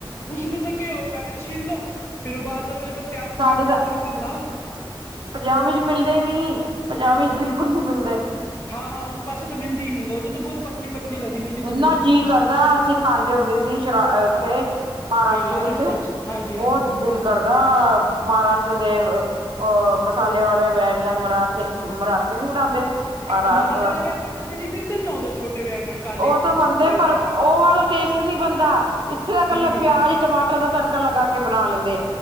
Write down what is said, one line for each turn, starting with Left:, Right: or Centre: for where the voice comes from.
Left: ਉਸਨੂੰ ਤਾਂ ਕਿ ਹੋ ਪਹਿਲੇ ਛਿੱਨਲੋ ਫਿਰ ਉਬਾਲ ਲੋ ਫਿਰ ਇੱਧਰ ਪਿਆਜ ਟਮਾਟਰ
Right: ਸਾਡੇ ਤਾਂ
Left: ਦਾ ਤੜਕਾ ਬਣਾਓ
Right: ਪੰਜਾਬ ਵਿੱਚ ਮਿਲਦੇ ਨਹੀਂ ਪੰਜਾਬ ਵਿੱਚ ਬਿਲਕੁਲ ਨਹੀਂ ਮਿਲਦੇ
Left: ਹਾਂ ਹਾਂ ਉਸ ਪਾਸੇ ਤੇ ਮਿਲਦੀ ਹੀ ਨਹੀਂ ਉਦੋਂ ਤਾਂ ਬਹੁਤ ਪਤਲੀ ਪਤਲੀ ਕਦੀ ਮਿਲੀ ਤਾਂ
Right: ਐਨਾ
Left: ਮਿਲੀ
Right: ਜੀਅ ਕਰਦਾ ਅਸੀਂ ਖਾਂਦੇ ਹੁੰਦੇ ਸੀ ਸ਼ਰਾ ਉਥੇ ਮਹਾਰਾਸ਼ਟਰ
Left: ਹਾਂ
Right: ਵਿੱਚ
Left: ਚ ਹਾਂਜੀ
Right: ਬਹੁਤ
Left: ਹਾਂਜੀ ਹਾਂਜੀ
Right: ਦਿਲ ਕਰਦਾ ਅ ਮਹਾਰਾਸ਼ਟਰ ਦੇ ਅ ਮਸਾਲਿਆਂ ਵਾਲੇ ਵੈਗਣ ਬਣਾਤੇ ਮਰਾਠੇ ਨੀ ਬਣਾਉਂਦੇ ਮਹਾਰਾਸ਼ਟਰ
Left: ਤਾਂ ਮਸਾਲੇ ਵਾਲੇ ਬੈਂਗਣ ਤਾਂ ਦੀਦੀ ਮਿਲਦੇ ਨਾ ਉਹਦਾ ਛੋਟੇ ਬੈਂਗਣ ਕਾਲੇ
Right: ਉਹ ਤਾਂ ਬਣਦੇ
Left: ਉਹ ਹੀ
Right: ਪਰ
Left: ਬਣਾਓ ਤੁਸੀਂ
Right: ਉਹ ਵਾਲੇ ਟੇਸਟ ਨਹੀਂ ਬਣਦਾ ਇੱਥੇ ਦਾ ਇਕੱਲਾ
Left: ਹਾਂਜੀ
Right: ਪਿਆਜ ਟਮਾਟਰ ਦਾ ਤਰ ਤੜਕਾ ਲਗਾ ਕੇ ਬਣਾ ਲੈਂਦੇ